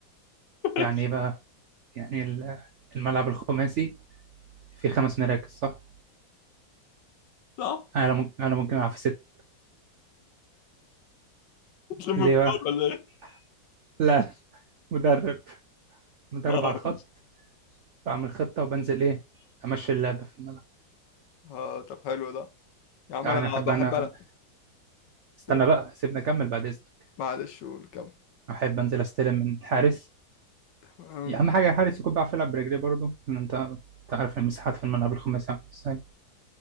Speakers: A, on the left; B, on the right.
A: <laughs>
B: يعني ايه بقى يعني ال- الملعب الخماسي فيه خمس مراكز صح
A: صح
B: انا ممكن انا ممكن العب في ست
A: بتلم
B: ليه
A: الكورة
B: بقى
A: ولا ايه؟
B: <laughs> لا مدرب مدرب
A: <laughs> آه،
B: على الخط
A: ماشي.
B: بعمل خطة وبنزل ايه امشي اللعب في الملعب
A: اه طب حلو ده يا عم
B: يعني
A: انا
B: احب
A: بحب
B: انا
A: العب
B: استنى
A: طب
B: بقى سيبني اكمل بعد اذنك
A: معلش قول كم
B: احب انزل استلم من الحارس
A: أمم،
B: اهم حاجة الحارس يكون بيعرف يلعب برجليه برضه لان انت انت عارف المساحات في الملعب الخماسي عامله ازاي